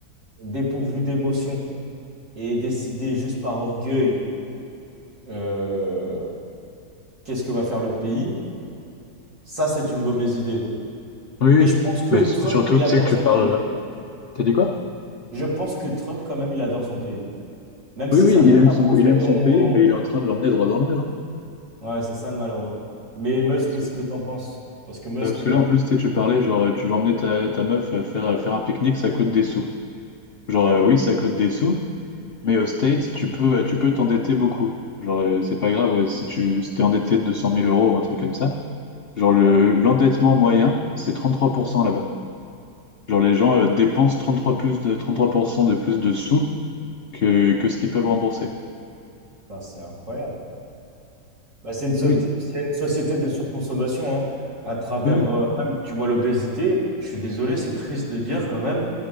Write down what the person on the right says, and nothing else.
dépourvu d'émotions et décider juste par orgueil euh, qu'est-ce que va faire le pays, ça, c'est une mauvaise idée.
Mais
je pense que
Trump,
il
adore
son
pays
quand même.
Je pense que Trump, quand même, il adore son pays. Même
si
ça reste
un profet
dont...
Ouais, c'est ça le malheureux. Mais Musk,
qu'est-ce
que t'en penses? Parce que Musk,
euh,
ouais,
ouais,
Enfin, c'est incroyable. Bah, c'est une, sauté-
c'est une société de surconsommation, hein. À travers,
euh, même, tu vois l'obésité, je suis désolé, c'est triste de dire quand même